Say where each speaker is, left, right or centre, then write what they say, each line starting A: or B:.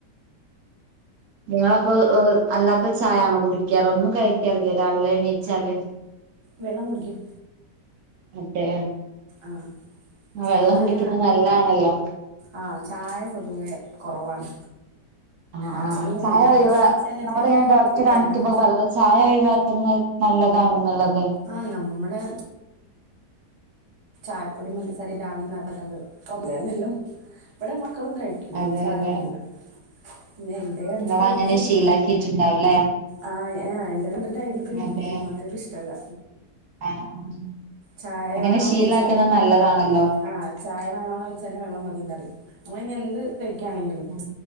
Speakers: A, on the right (about 65°); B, on the right (about 30°).
A: നിങ്ങള അപ്പോഅല്ലാത്ത ചായാണ് കുടിക്കാറ് ഒന്നും കഴിക്കാറില്ലേ രാവിലെ എണീച്ചാല്
B: വെള്ളം കുടിക്കും
A: അതെ
B: ആഹ്
A: ആ,
B: ചായ
A: വെള്ളം കുടിക്കുന്നത് നല്ലാണല്ലോ
B: ആഹ ചായ പൊതുവെ കുറവാണ്
A: ആ
B: ആരെങ്കിലും
A: ചായ
B: നിർബന്ധിച്ചാലൊക്കെ
A: ഒഴ നമ്മള ഇങ്ങനെ ഡോക്ടറെ
B: കുടിക്കാനാണ്
A: കാണിക്കുമ്പോ പറഞ്ഞല്ല ചായ ഒഴ നല്ലതാണെന്നുള്ളത്
B: ആ നമ്മുടെ ചായപ്പൊടിഉം പഞ്ചസാരയും രാവിലെ രാവിലെല്ലോ ഇവിടെ മക്കളും കഴിക്കില്ല
A: അതെ
B: ചായ
A: അതെ
B: കുടികുല പിന്നെ എന്റെ കണ്ടിട്ടായിരിക്കും
A: നിങ്ങള് അങ്ങനെ ശീലാക്കിയിട്ടുണ്ടാവുംല്ലേ
B: ആഹ് എന്റെ കണ്ടിട്ടായിരിക്കും
A: അതെ
B: മമ്മക്കൊക്കെ ഇഷ്ടമല്ല
A: ആഹ്
B: ചായ
A: അങ്ങനെ
B: വേണന്ന്
A: ശീലാക്കുന്നത്
B: ചോച്ചാല്
A: നല്ലതാണല്ലോ
B: ആ ചായ വേണന്ന് വെച്ചാല് വെള്ളം മതിന്നറിയും നമ്മൾ ഇനി എന്ത് കഴിക്കുകയാണെങ്കിലും
A: ഉം